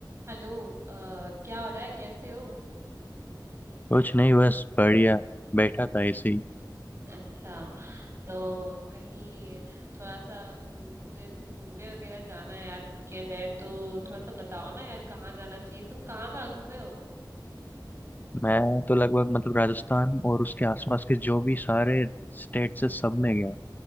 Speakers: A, on the right (about 35°); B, on the left (about 25°).
A: Hello अ, क्या हो रहा है कैसे हो
B: कुछ नहीं बस बढ़िया बैठा था ऐसे ही
A: अच्छा तो कहीं थोड़ा सा म, मुझे घूमने वगैरह जाना है यार वीकेंड है तो थोड़ा सा बताओ ना यार कहाँ जाना चाहिए तुम कहाँ कहाँ घूमे हो
B: मैं तो लगभग मतलब राजस्थान और उसके आसपास के जो भी सारे स्टेट से सब में गया हूँ